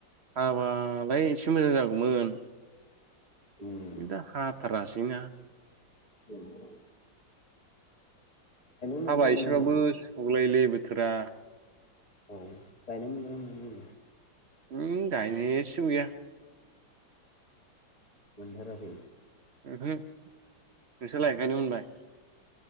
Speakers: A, on the right; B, on the left.
A: हाबालाय एसे मोजां जागौमोन
B: गायनो
A: दा थारासैना
B: <unintelligible> मोनगोना
A: हाबा एसेबाबो
B: मोनाखै
A: सुगलायोलै बोथोरा
B: औ गायनो मोनगोनना मोना
A: एसेबो गैया
B: मोनथाराखै
A: ओहो नोंसोरलाय गायनो मोनबाय